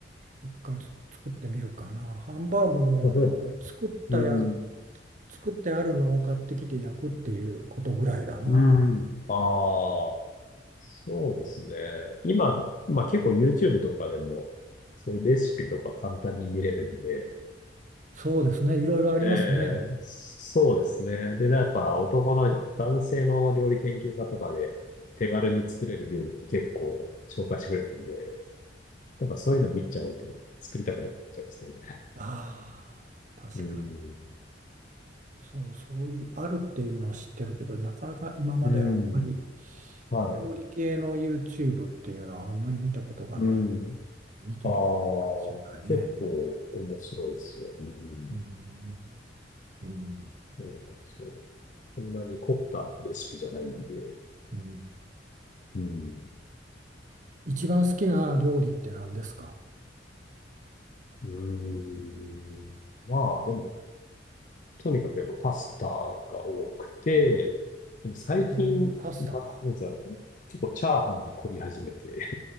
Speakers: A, on the right; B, on the left.
A: 一回つく作ってみるかな。ハンバーグもあの作ったや、
B: <laughs> うん。
A: 作ってあるのを買ってきて焼くっていうことぐらいだな。
B: うん。ああ、そうですね。今、まあ結構 YouTube とかでも、そういうレシピとか簡単に見れるんで、
A: そうですね。いろいろありますね。
B: ええ、そうですね。で、やっぱ男の、男性の料理研究家とかで手軽に作れる料理って結構紹介してくれるんで、やっぱそういうの見ちゃうと作りたくなっちゃうんですね。
A: ああ、確かに。
B: うん。
A: そう、そういう、あるっていうのは知ってるけど、なかなか今まであんまり
B: うん。はい。
A: 料理系の YouTube っていうのはあんまり見たことがない。
B: うん。
A: 見てみてもいいかもしれないね。
B: ああ、結構面白いですよ。うん。
A: うん、うん、
B: そうなんですよ。そんなに凝ったレシピじゃないんで。
A: うん。
B: うん。
A: 一番好きな料理って何ですか
B: うん。まあ、でも、とにかくやっぱパスタが多くて、でも最近、
A: えーパスタか。
B: ま、なんか、結構チャーハンに凝り始めて